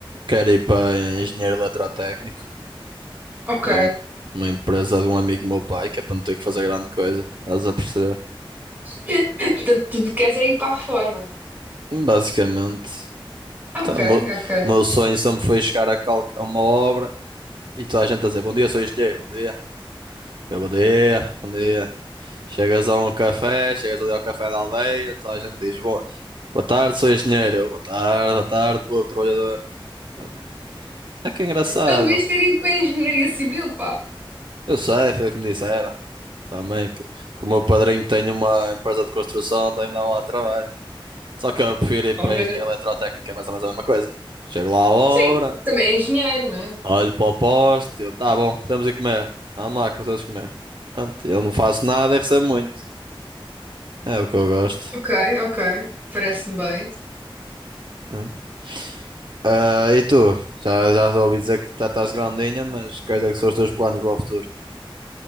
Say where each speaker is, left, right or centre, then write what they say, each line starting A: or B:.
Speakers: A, on the right; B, on the right.
A: Quero ir para engenheiro eletrotécnico,
B: Ok.
A: é um- uma empresa de um amigo do meu pai, que é para não ter que fazer grande coisa, estás a perceber?
B: <laughs> Portanto, tu queres é ir para a reforma.
A: Basicamente.
B: Ok,
A: Então, o meu
B: ok.
A: o meu sonho sempre foi chegar a, cal- a uma obra e toda a gente a dizer bom dia, sou engenheiro, bom dia. Eu, bom dia, bom dia. Chegas a um café, chegas ali ao café da aldeia, toda a gente diz boa, boa tarde, sou engenheiro. Eu, boa tarde, boa tarde, boa trabalhador. Portanto, É que é engraçado.
B: Então devias ter ido para a engenharia civil, pá.
A: Eu sei, foi o que me disseram. Também, que, que o meu padrinho tem uma empresa de construção, também me dava lá trabalho. Só que eu prefiro ir para
B: Ou de-
A: engenheiro eletrotécnico, é mais ou menos a mesma coisa. Chego lá à obra.
B: Sim, também é engenheiro, não é?
A: Olho para o poste, eu, tá bom, estamos a comer. Vamos lá que vocês comer. Pronto, eu não faço nada e recebo muito. É o que eu gosto.
B: Ok, ok. Parece-me bem.
A: Hum. Ah, e tu? Já, já ouvi dizer que já estás grandinha, mas quais é que são os teus planos para o futuro?